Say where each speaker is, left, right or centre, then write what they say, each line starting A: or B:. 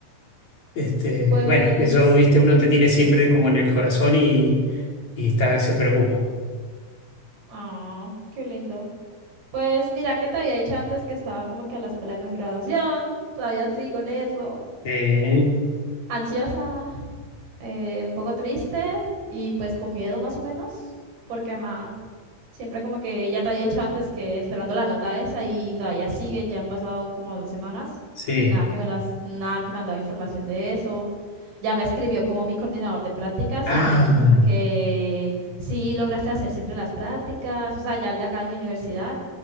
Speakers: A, on the left; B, on the right.
A: Este,
B: Pues,
A: bueno, eso, viste, uno te tiene siempre como en el corazón y, y está, se preocupa.
B: ah, qué lindo. Pues mira que te había dicho antes que estaba como que a la espera de mi graduación, todavía sigo en eso.
A: Eh,
B: Ansiosa, eh, un poco triste y pues con miedo más o menos, porque ajá, Siempre como que ella te había dicho antes que esperando la nota esa y todavía sigue, ya han pasado como dos semanas
A: sí.
B: y nada que me las, nada que me han dado información de eso. Ya me escribió como mi coordinador de prácticas
A: Ah,
B: y me ha dicho como que sí lograste hacer siempre las prácticas, o sea, ya el de acá de mi universidad.